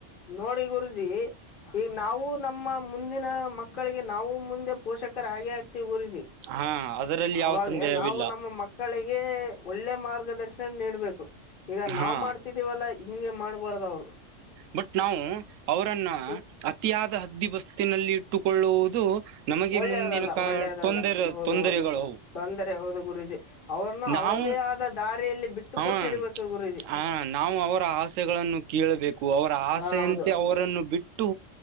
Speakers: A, on the left (about 45°); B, on the right (about 85°).
A: ನೋಡಿ ಗುರುಜಿ ಈ ನಾವು ನಮ್ಮ ಮುಂದಿನ ಮಕ್ಕಳಿಗೆ ನಾವು ಮುಂದೆ ಪೋಷಕರಾ ಆಗೆ ಆಗುತ್ತ <unintelligible> ಗುರೂಜಿ
B: ಹಾ ಅದರಲ್ಲಿ
A: ಅವಾಗ
B: ಯಾವ ಸಂದೇಹವಿಲ್ಲ
A: ನಾವು ನಮ್ಮ ಮಕ್ಕಳಿಗೆ ಒಳ್ಳೆ ಮಾರ್ ದರ್ಶನ್ ನೀಡಬೇಕು ಈಗ ನಾವ್
B: ಹಾ
A: ಮಾಡ್ತಿದೀವಅಲ್ವಾ ಮಾಡ್ಬಾರ್ದ ಅವ್ರು
B: ಬಟ್ ನಾವು ಅವರನ್ನ
A: ಹ್ಮ್
B: ಅತಿಯಾದ ಹದ್ದಿ ಬಸ್ತಿನಲ್ಲಿ ಇಟ್ಟುಕೊಳ್ಳುವುದು ನಮಗೆ
A: ಒಳ್ಳೇದಲ್ಲ
B: ಮುಂದಿನ ಕ
A: ಒಳ್ಳೇದಲ್ಲ
B: ತೊಂದರೆ
A: ಹೌದು
B: ತೊಂದರೆಗಳವು
A: ಹೌದು ತೊಂದರೆ ಹೌದು ಗುರೂಜಿ ಅವ್ರನ್ನು
B: ನಾವು
A: ಅವ್ರದೇ ಆದ ದಾರಿಯಲ್ಲಿ ಬಿಟ್ಟು
B: ಅವ
A: ಕೊಟ್ಟಿಡ್ಬೇಕು ಗುರೂಜಿ
B: ಹ ನಾವು ಅವರ ಆಸೆಗಳನ್ ಕೇಳ್ಬೇಕು ಅವರ ಆಸೆಯಂತೆ
A: ಹ ಹೌದು
B: ಅವರನ್ನು ಬಿಟ್ಟು